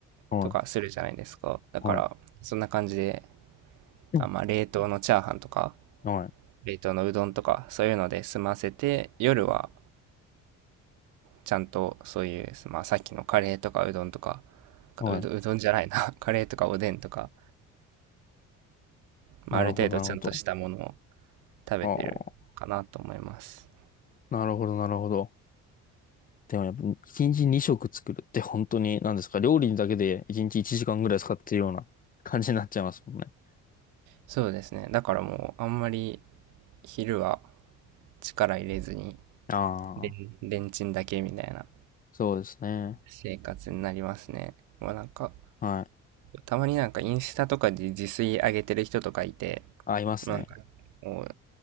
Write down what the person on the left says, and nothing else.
はい、
は
い、
うん
はい、
はい。
なるほど、
なるほど。
ああ、なるほど、なるほど。でもやっぱ、一日二食作るって本当に、何ですか料理だけで一日一時間ぐらい使ってるような感じになっちゃいますもんね。
ああ、
そうですね。
はい。
合いますね。